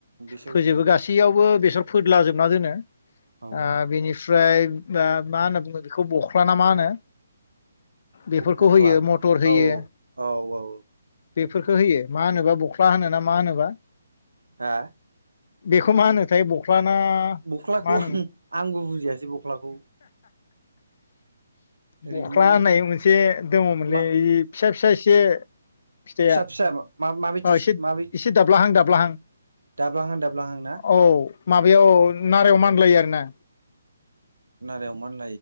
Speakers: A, on the right; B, on the left.
A: बिसोर
B: फोजोबो
A: उम
B: गासैयावबो बे फोदलाजोबना दोनो
A: औ
B: ओ-
A: औ
B: बिनिफ्राय ओ मा होनना बुङो बेखौ बख्लाना मा होनो? बेफोरखौ
A: बख्ला
B: होयो मटर होयो।
A: औ औ औ
B: बेफोरखौ होयो मा होनोबा बख्ला होनोना मा होनोबा?
A: हा?
B: बेखौ मा होनोथाय बख्ला? ना
A: बख्लाखौ
B: मा होनोमोन?
A: आंबो बुजियासै बख्लाखौ ओरैनो
B: बख्ला होननाय मोनसे दङमोनलै
A: मा
B: फिसा फिसा एसे फिथाइया
A: फिसा फिसा मा माबायदि
B: अ एसे
A: माबायदि
B: एसे दाब्लाहां दाब्लाहां
A: दाब्लाहां दाब्लाहां ना?
B: औ माबायाव नारायाव मानलायो आरो ना?
A: नारायाव मान